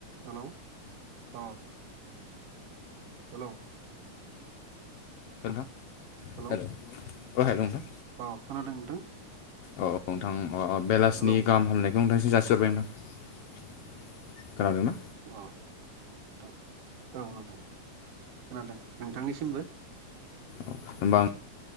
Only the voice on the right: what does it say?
हेल' अ हेल'
hello
औ खोनादों नोंथां
हेलौ
अ नोंथां औ नोंथां खोनादों नोंथांनिसिमबो